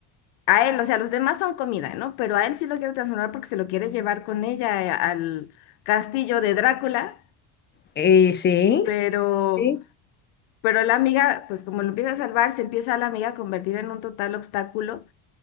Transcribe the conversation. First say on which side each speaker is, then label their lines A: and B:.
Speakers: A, on the left; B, on the left.
A: a él, o sea, los demás son comida, ¿no? Pero a él sí lo quiere transformar porque se lo quiere llevar con ella eh, al castillo de Drácula,
B: y sí.
A: pero,
B: sí.
A: pero la amiga, pues como lo empieza a salvar, se empieza a la amiga a convertir en un total obstáculo